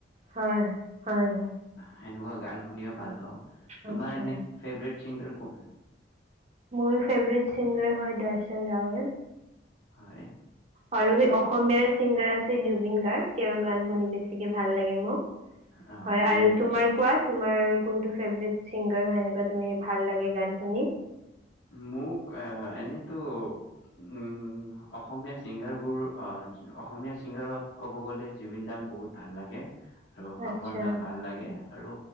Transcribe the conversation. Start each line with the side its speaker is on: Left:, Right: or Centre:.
Right: হয়, হয়, হয়।
Left: সেনেকুৱা গান শুনিও ভাল পাওঁ। তোমাৰ
Right: আচ্ছা
Left: এনে ফেভৰেট <inaudible> কম
Right: মোৰ ফেভৰেট ছিংগাৰ হয় দৰ্শন ৰাৱল।
Left: হয়।
Right: আৰু সেই অসমীয়াৰ ছিংগাৰ আছে জুবিন গাৰ্গ। এৰ গান শুনি বেছিকে ভাল লাগে মোক।
Left: অ
Right: হয়
Left: জুবিনদাৰ
Right: আৰু তোমাৰ কোৱা তোমাৰ? কোনটো ফেভট চিংগাৰ হয় এনেকুৱা তুমি ভাল লাগে গান শুনি
Left: মোক এ এনেতো উ অসমীয়া চিংগাৰবোৰ আহ অসমীয়া চিংগাৰত ক'ব গ'লে জুবিন দাক বহুত ভাল লাগে। আৰু
Right: আচ্ছা
Left: পাপন দাক ভাল লাগে আৰু